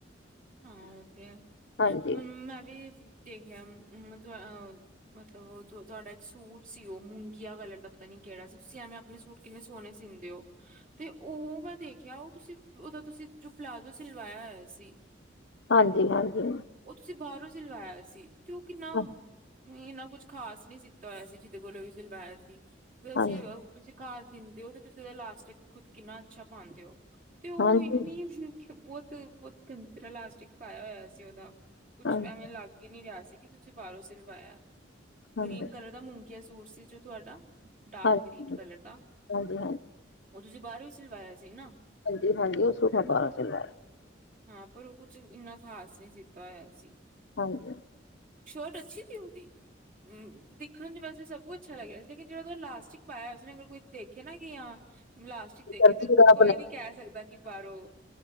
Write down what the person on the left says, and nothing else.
ਹਾਂਜੀ
ਹਾਂਜੀ- ਹਾਂਜੀ
ਹਾਂਜੀ
ਹਾਂਜੀ
ਹਾਂਜੀ
ਹਾਂਜੀ
ਹਾਂਜੀ
ਹਾਂਜੀ
ਹਾਂਜੀ
ਹਾਂਜੀ-ਹਾਂਜੀ ਓ ਸੂਟ ਮੈ ਬਾਰੋ ਸਿਲਵਾਯਾ ਏ
ਹਾਂਜੀ
ਦਰਜੀ
ਦਾ